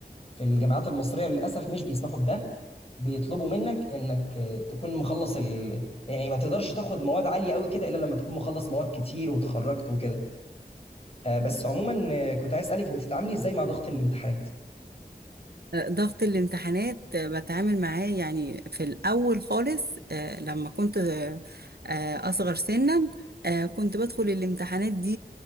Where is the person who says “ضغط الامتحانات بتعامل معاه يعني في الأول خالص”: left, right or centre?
Right